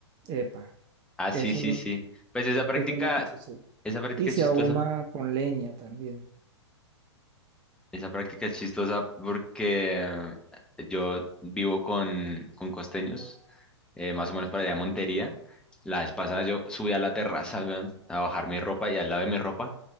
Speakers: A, on the right; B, in the centre.
A: Epa,
B: Ah,
A: eso
B: sí, sí,
A: es lo
B: sí.
A: que,
B: Pues esa práctica,
A: eso es lo que sucede.
B: esa práctica
A: Y
B: es
A: se
B: chistosa.
A: ahuma con leña también.
B: Esa práctica es chistosa porque eh, yo vivo con, con costeños, eh, más o menos para allá de Montería. La vez pasada yo subí a la terraza, weón, a bajar mi ropa y al lado de mi ropa